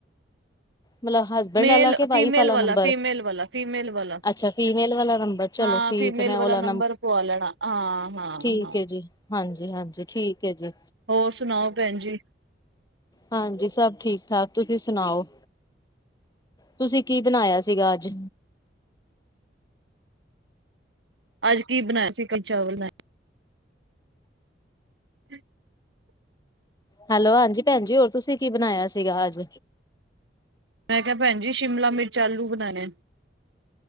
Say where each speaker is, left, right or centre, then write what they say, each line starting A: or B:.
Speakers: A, on the left (about 20°); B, on the right (about 85°).
A: ਮਤਲਬ ਹਸਬੈਂਡ
B: ਮੇਲ,
A: ਵਾਲਾ ਕਿ ਵਾਈਫ
B: ਫੀਮੇਲ ਵਾਲਾ,
A: ਨੰਬਰ
B: ਫੀਮੇਲ ਵਲਾ, ਫੀਮੇਲ ਵਾਲਾ।
A: ਅੱਛਾ ਫੀਮੇਲ ਵਾਲਾ ਨੰਬਰ ਚਲੋ
B: ਹਾਂ,
A: ਠੀਕ
B: ਫੀਮੇਲ
A: ਹੈ ਮੈਂ
B: ਵਾਲਾ
A: ਉਹਲਾ
B: ਨੰਬਰ ਪਵਾ ਲੇਣਾ ਹਾਂ-ਹਾਂ-ਹਾਂ-ਹਾਂ।
A: ਠੀਕ ਹੈ ਜੀ ਹਾਂਜੀ-ਹਾਂਜੀ ਠੀਕ ਹੈ ਜੀ
B: ਹੋਰ ਸਣਾਓ, ਭੈਣ ਜੀ?
A: ਹਾਂਜੀ, ਸਭ ਠੀਕ-ਠਾਕ ਤੁਹੀ ਸੁਣਾਓ? ਤੁਸੀ ਕੀ ਬਣਾਇਆ ਸੀਗਾ, ਅੱਜ?
B: ਅਜ ਕੀ ਬਣਾਇਆ ਸੀ, ਕਲ ਚਾਵਲ ਮੈਂ ਹ <unintelligible>
A: ਹੈਲੋ। ਹਾਂਜੀ, ਭੈਣਜੀ। ਹੋਰ ਤੁਸੀਂ ਕੀ ਬਣਾਇਆ ਸੀਗਾ ਅੱਜ?
B: ਮੈਂ ਕਿਆ ਭੈਣਜੀ, ਸ਼ਿਮਲਾ ਮਿਰਚ, ਆਲੂ ਬਣਾਣੇ।